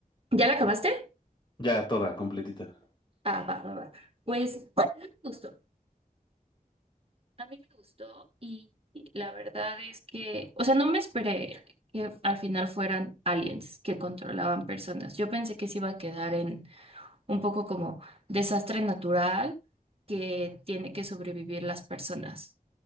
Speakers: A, on the right; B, on the left.
A: ¿Ya la acabaste?
B: Ya, toda, completita.
A: Ah, va, va, va. Pues a mí me gustó, a mí me gustó y, y la verdad es que, o sea, no me esperé que al final fueran aliens que controlaban personas. Yo pensé que se iba a quedar en un poco como desastre natural que tiene que sobrevivir las personas.